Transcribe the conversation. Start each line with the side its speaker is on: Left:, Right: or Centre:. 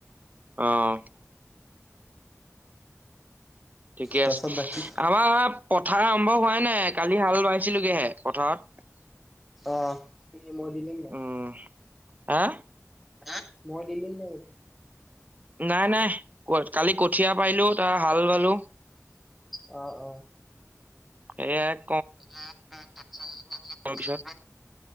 Right: অঁ। ঠিকে
Centre: তাৰপাছত
Right: আছে।
Centre: বাকী
Right: আমাৰ পথাৰ আৰম্ভ হোৱাই নাই। কালি হাল বাইছিলোগেহে পথাৰত।
Centre: অঁ, তিনি মৈ দিলি নাই। অঁ
Right: উম, হা
Centre: হাঁ, মৈ দিলি নাই?
Right: নাই, নাই ক কালি কঠীয়া পাৰিলোঁ। তাৰপাছত হালবালো।
Centre: অঁ, অঁ
Right: এয়াত
Centre: <unintelligible>
Right: পিছত